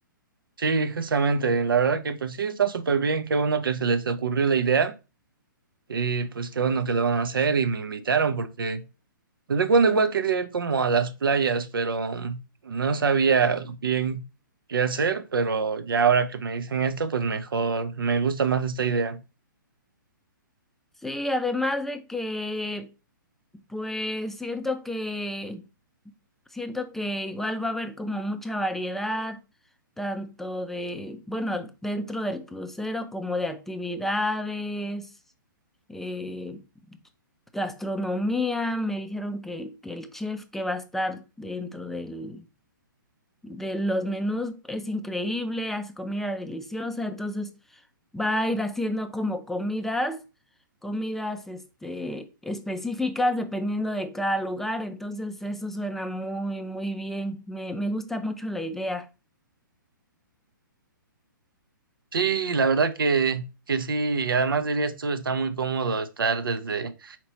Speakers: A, on the right; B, in the centre.
A: Sí, justamente. La verdad que pues sí está súper bien. Qué bueno que se les ocurrió la idea. Y pues qué bueno que lo van a hacer y me invitaron porque Pues recuerdo igual quería ir como a las playas, pero mm, no sabía bien qué hacer, pero ya ahora que me dicen esto, pues mejor, me gusta más esta idea.
B: Sí, además de que pues siento que Siento que igual va a haber como mucha variedad, tanto de, bueno, dentro del crucero como de actividades, eh, gastronomía. Me dijeron que, que el chef que va a estar dentro del, de los menús es increíble, hace comida deliciosa, entonces va a ir haciendo como comidas, comidas este, específicas dependiendo de cada lugar, entonces eso suena muy, muy bien, me, me gusta mucho la idea.
A: Sí, la verdad que, que sí, y además dirías tú, está muy cómodo estar desde,